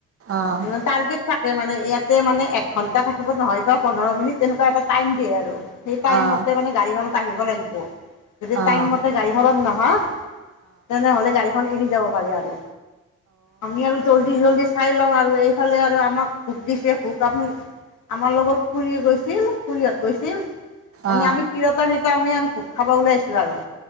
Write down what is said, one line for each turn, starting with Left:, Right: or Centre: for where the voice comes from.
Right: অ', অ',
Left: ইমান টাৰ্গেট থাকে মানে ইয়াতে মানে এক ঘণ্টা থাকিব নহয় বা পোন্ধৰ মিনিট তেনেকুৱা এটা টাইম দিয়ে আৰু। সেই টাইম
Right: অ',
Left: মতে মানে গাড়ীখনত আহিব লাগিব যদি
Right: অ',
Left: টাইম মতে গাড়ীখনত নাহা তেনেহলে গাড়ীখন এৰি যাব পাৰি আৰু। আমি আৰু জল্দি জল্দি চাই লওঁ আৰ- ৰু এইফালে আৰু আমাক ভোক দিছে, ভোক আমি আমাৰ লগত খুড়ী গৈছিল। খুড়ীহত গৈছিল মানে
Right: অ', অ',
Left: আমি তিৰতাৰ সিতা আমি আন ভোগ খাব ওলাইছোঁ আৰু।